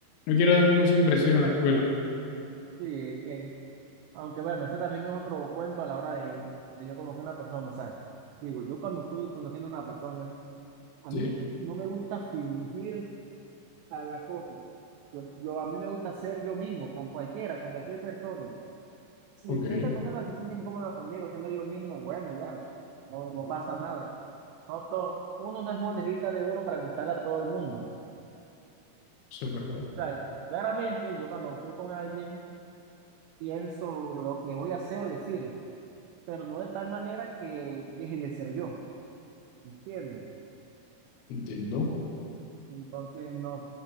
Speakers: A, on the left; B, on the right.
A: no quiero dar como esa impresión en la escuela.
B: sí, es que, aunque bueno, ese también es otro cuento a la hora de, de yo conocer a una persona, o sea, digo, yo cuando estoy conociendo a una persona, a
A: Sí,
B: mí no me gusta fingir a las cosas, yo, yo- a mí me gusta ser yo mismo, con cualquiera, con cualquier persona, si,
A: ok,
B: si
A: eso
B: esa persona se siente incómoda conmigo, siendo yo mismo, bueno, ya, no, no pasa nada, no to- uno no es monedita de oro para gustarle a todo el mundo, o
A: es verdad,
B: sea, claramente yo cuando estoy con alguien, pienso lo que voy a hacer o decir, pero no de tal manera que deje de ser yo, ¿entiendes?
A: entiendo.
B: Entonces, no